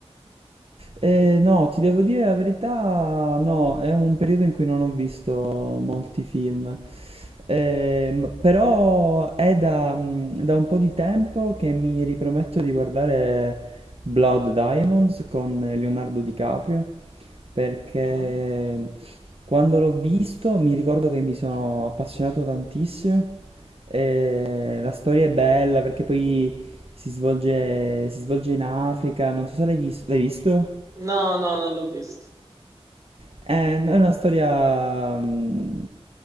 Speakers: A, on the right (about 60°); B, on the right (about 30°).
A: Eh, no, ti devo dire la verità, no, è un periodo in cui non ho visto molti film. Ehm, però è da, mm, da un po' di tempo che mi riprometto di guardare Blood Diamonds con Leonardo DiCaprio, perché
B: Mhm.
A: quando l'ho visto mi ricordo che mi sono appassionato tantissimo. E la storia è bella perché poi si svolge, si svolge in Africa, non so se l'hai vis- l'hai visto?
B: No, no, non l'ho visto.
A: È, è una storia mm,